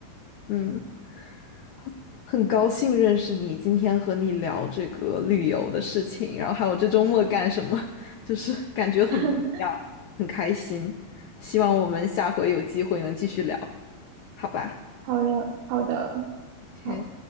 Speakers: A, on the left; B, on the right.
A: 嗯，好很高兴认识你，今天和你聊这个旅游的事情，然后还有这周末干什么，<laughs> 就是感觉很不一样，
B: <laughs>
A: 很开心。希望我们下回有机会能继续聊，好吧
B: 好的，好的，
A: ？OK，
B: 好。